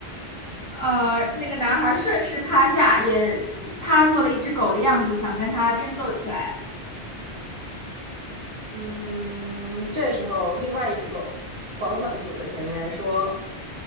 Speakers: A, on the left; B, on the right.
A: 呃，那个男孩儿顺势趴下，也趴做了一只狗的样子，想跟它争斗起来。
B: 嗯，这时候另外一只狗缓缓地走在前面，说：